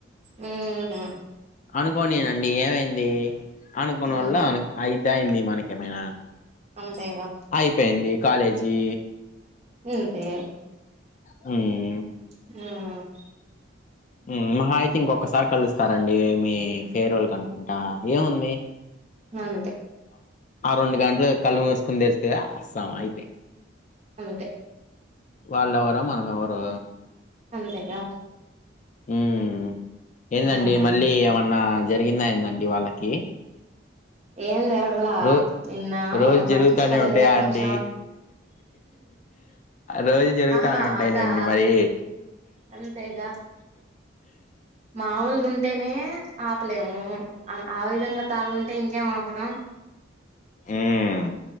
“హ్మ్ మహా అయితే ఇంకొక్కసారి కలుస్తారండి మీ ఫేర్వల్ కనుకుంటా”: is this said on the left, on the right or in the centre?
Left